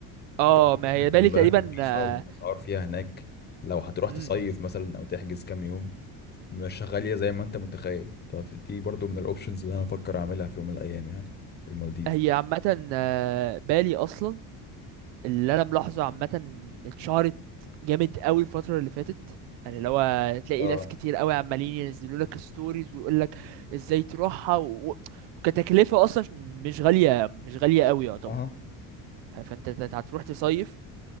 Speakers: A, on the right (about 85°); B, on the left (about 25°).
A: اه
B: تأشيرتها
A: ما هي بالي
B: خلي بالك
A: تقريبا
B: رخيصة
A: آه،
B: والأسعار فيها هناك لو هتروح
A: مم.
B: تصيف مثلا أو تحجز كام يوم مش غالية زي ما أنت متخيل فدي برضه من الأوبشنز اللي أنا أفكر أعملها في يوم من الأيام يعني المالديف
A: هي عامة آه، بالي أصلا اللي انا ملاحظه عامه اتشهرت جامد قوي الفتره اللي فاتت يعني لو تلاقي
B: اه
A: ناس كتير قوي عمالين ينزلوا لك ستوريز ويقول لك ازاي تروحها و... و- وكتكلفه اصلا مش غاليه مش غاليه قوي يعتبر
B: اها
A: ف- فانت ت- هتروح تصيف